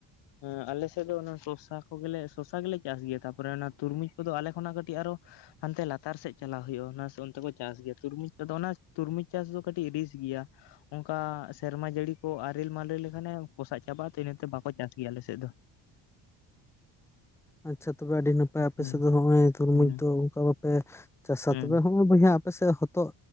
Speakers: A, on the left (about 70°); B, in the centre.
A: ᱦᱮᱸ ᱟᱞᱮ ᱥᱮᱫ ᱫᱚ ᱚᱱᱟ ᱥᱚᱥᱟ ᱠᱚᱜᱮᱞᱮ ᱥᱚᱥᱟ ᱜᱮᱞᱮ ᱪᱟᱥ ᱜᱮᱭᱟ ᱾ ᱛᱟᱯᱚᱨᱮ ᱚᱱᱟ ᱛᱩᱨᱢᱩᱡ ᱠᱚᱫᱚ ᱟᱞᱮ ᱠᱷᱚᱱᱟᱜ ᱠᱟᱹᱴᱤᱡ ᱟᱨᱚ ᱦᱟᱱᱛᱮ ᱞᱟᱛᱟᱨ ᱥᱮᱫ ᱪᱟᱞᱟᱜ ᱦᱩᱭᱩᱜᱼᱟ। ᱚᱱᱟ ᱚᱱᱛᱮ ᱠᱚ ᱪᱟᱥ ᱜᱮᱭᱟ ᱾ ᱛᱩᱨᱢᱩᱡᱽ ᱫᱚ ᱚᱱᱟ ᱛᱩᱨᱢᱩᱡᱽ ᱪᱟᱥ ᱫᱚ ᱠᱟᱹᱴᱤᱡ ᱨᱤᱠᱥ ᱜᱮᱭᱟ ᱾ ᱚᱱᱠᱟ ᱥᱮᱨᱢᱟ ᱡᱟᱹᱲᱤ ᱠᱚ ᱟᱨᱮᱞ ᱢᱟᱨᱮᱞ‌ ᱞᱮᱠᱷᱟᱱᱮ ᱯᱚᱥᱟᱜ ᱪᱟᱵᱟᱜ-ᱟ ᱛᱚ ᱤᱱᱟᱹ ᱛᱮ ᱵᱟᱠᱚ ᱪᱟᱥ ᱜᱮᱭᱟ ᱟᱞᱮ ᱥᱮᱫ ᱫᱚ᱾
B: ᱟᱪᱪᱷᱟ ᱛᱚᱵᱮ ᱟᱹᱰᱤ ᱱᱟᱯᱟᱭ ᱟᱯᱮ
A: ᱦᱩᱸ
B: ᱥᱮᱜ ᱫᱚ ᱦᱚᱜ-ᱚᱸᱭ ᱛᱩᱨᱢᱩᱡᱽ
A: ᱦᱩᱸ
B: ᱫᱚ ᱚᱱᱠᱟ ᱵᱟᱯᱮ ᱪᱟᱥᱟ
A: ᱦᱩᱸ
B: ᱛᱚᱵᱮ ᱦᱚᱸᱼᱼ ᱚᱸ ᱵᱚᱭᱦᱟ ᱟᱯᱮ ᱥᱮᱜ ᱦᱚᱛᱚᱜ